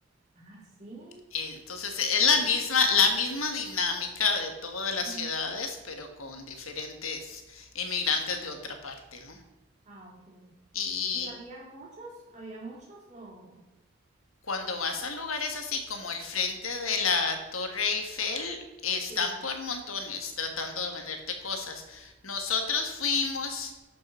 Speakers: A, on the right (about 35°); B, on the left (about 85°).
A: Ah, sí.
B: Eh, Entonces es la
A: Uy.
B: misma, la misma dinámica de todas las
A: Ujú.
B: ciudades, pero con diferentes inmigrantes de otra parte, ¿no?
A: Ah, ok.
B: Y
A: ¿Y había muchos? ¿Había muchos o...?
B: cuando vas a lugares así como el frente de la Torre Eiffel, están
A: Sí.
B: por montones tratando de venderte cosas. Nosotros fuimos